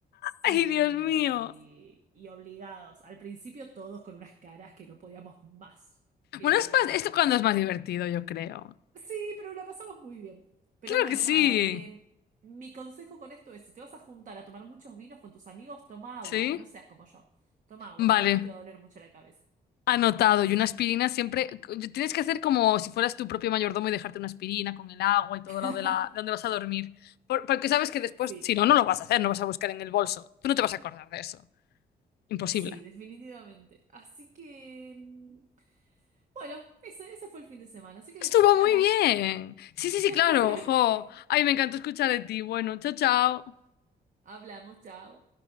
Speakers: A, on the right; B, on the left.
A: Y,
B: Ay, Dios mío.
A: y obligados, al principio todos con unas caras que no podíamos más. Eh,
B: Bueno, es más, esto cuando es más divertido, yo creo.
A: Sí, pero la pasamos muy bien. Pero
B: Claro
A: bueno,
B: que sí.
A: nada, eh, mi consejo con esto es, si te vas a juntar a tomar muchos vinos con tus amigos, toma agua,
B: Sí.
A: no seas como yo. Toma agua,
B: Vale.
A: que después te va a doler mucho la cabeza.
B: Anotado.
A: Sí,
B: Y una aspirina siempre. Tienes que hacer como si fueras tu propio mayordomo y dejarte una aspirina con el agua y todo
A: <laughs>
B: lo de, la, de donde vas a dormir. Por- porque sabes que después,
A: sí,
B: si no, no lo vas a hacer, no vas a buscar en el bolso. Tú no te vas a acordar de eso. Imposible.
A: sí, definitivamente. Así que, mm, bueno, ese, ese fue el fin de semana. Así que
B: Estuvo
A: después hablamos.
B: muy bien. Sí, sí, sí,
A: <laughs>
B: claro. Jo.
A: Sí,
B: Ay, me encantó escuchar de ti. Bueno, chao, chao.
A: hablamos, chao.